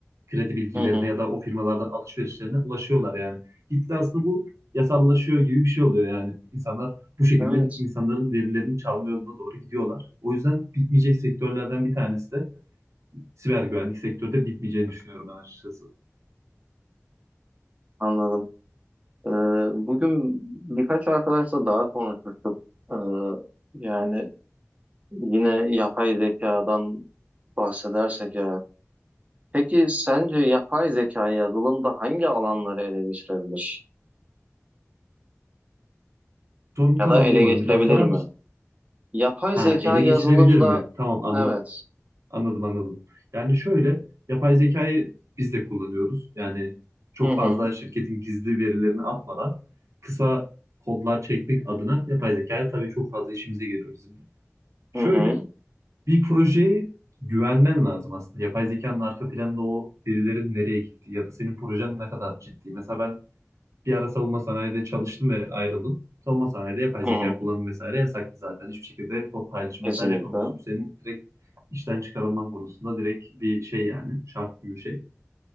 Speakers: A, on the right; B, on the right.
A: kredi bilgilerine
B: Hı hı.
A: ya da o firmalardan alışverişlerine ulaşıyorlar yani. Gitgide aslında bu yasallaşıyor gibi bir şey oluyor yani. İnsanlar bu şekilde
B: Evet,
A: insanların verilerini çalma yoluna doğru gidiyorlar. O yüzden bitmeyecek sektörlerden bir tanesi de siber güvenlik sektörü de bitmeyeceğini düşünüyorum ben açıkçası.
B: anladım. E, bugün birkaç arkadaşla daha konuşmuştuk. E, yani yine yapay zekadan bahsedersek ya. Peki sence yapay zekayı yazılımda hangi alanları ele geçirebilir?
A: Sorunu
B: Ya
A: tam
B: da
A: anlayamadım.
B: ele geçirebilir
A: Bir daha sorar
B: mi?
A: mısın?
B: Yapay
A: Ha,
B: zeka
A: ele
B: yazılımda
A: geçirebilir mi? Tamam anladım.
B: evet.
A: Anladım anladım. Yani şöyle yapay zekayı biz de kullanıyoruz. Yani çok
B: Hı hı.
A: fazla şirketin gizli verilerini atmadan kısa kodlar çekmek adına yapay zekaya tabii çok fazla işimize geliyor bizim de. Şöyle
B: Hı hı.
A: bir projeye güvenmen lazım aslında. Yapay zekanın arka planda o verilerin nereye gittiği ya da senin projen ne kadar ciddi. Mesela ben bir ara savunma sanayide çalıştım ve ayrıldım. Savunma sanayide yapay
B: Hı
A: zeka
B: hı.
A: kullanım vesaire yasaklı zaten. Hiçbir şekilde kod paylaşım
B: Kesinlikle.
A: vesaire yapamıyorsun. Bu senin direkt işten çıkarılman konusunda direkt bir şey yani. Şart gibi bir şey.